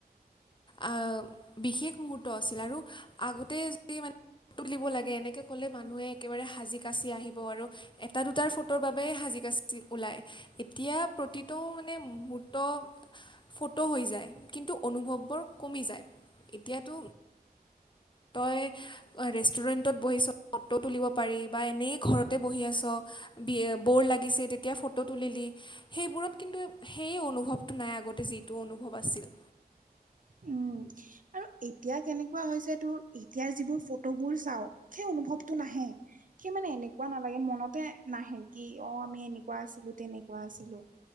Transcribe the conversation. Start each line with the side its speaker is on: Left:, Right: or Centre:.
Left: অ' বিশেষ মুহূৰ্ত আছিল আৰু আগতে যদি
Right: <inaudible>
Left: ফটো তুলিব লাগে এনেকে ক'লে মানুহে একেবাৰে সাজি কাচি আহিব আৰু এটা দুটাৰ ফটোৰ বাবে সাজি কাচি ওলাই এতিয়া প্ৰতিটো মানে মুহূৰ্ত ফটো হৈ যায় কিন্তু অনুভৱবোৰ কমি যায় এতিয়াতো
Right: <inaudible>
Left: চবে ৰেষ্টুৰেণ্টত বহি চব ফটো তুলিব পাৰি বা এনেই ঘৰতে বহি আছ বি ব'ৰ লাগিছে তেতিয়া ফটো তুলিলি সেইবোৰত কিন্তু সেইয় অনুভৱটো নাই আগতে যিটো অনুভৱ আছিল।
Right: উম আৰু এতিয়া কেনেকুৱা হৈছে তোৰ এতিয়া যিবোৰ ফটোবোৰ চাও সেই অনুভৱটো নাহে সে মানে এনেকুৱা নালাগে মনতে নাহে কি অ আমি এনেকুৱা আছিলো তেনে এনেকুৱা আছিলো